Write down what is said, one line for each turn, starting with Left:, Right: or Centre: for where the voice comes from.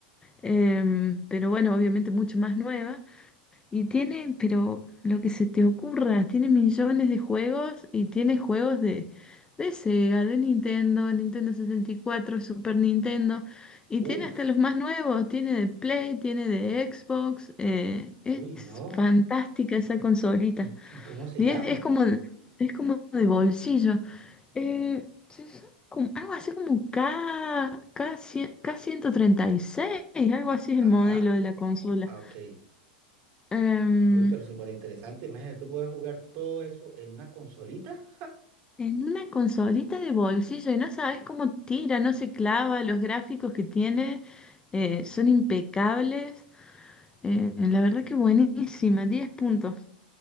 Left: em, pero bueno, obviamente mucho más nueva. Y tiene, pero lo que se te ocurra, tiene millones de juegos y tiene juegos de, de Sega, de Nintendo, Nintendo sesenta y cuatro Super Nintendo. Y tiene
Right: Uf,
Left: hasta los más nuevos, tiene de Play, tiene de Xbox. eh,
Right: uy,
Left: es
Right: no.
Left: fantástica esa consolita.
Right: ¿Y, y cómo se
Left: Y
Right: llama?
Left: es, es como, es como de bolsillo. Eh, sí, son como- algo así como K, K, cien- k ciento treinta y seis algo así es
Right: Ajá,
Left: el modelo de la consola.
Right: ah, ok.
Left: Em,
Right: Uy, pero súper interesante. Imagínate, tú puedes jugar todo eso en una consolita.
Left: en una consolita de bolsillo y no sabes cómo tira, no se clava, los gráficos que tiene eh, son impecables. Eh, la verdad que buenísima, 10 puntos.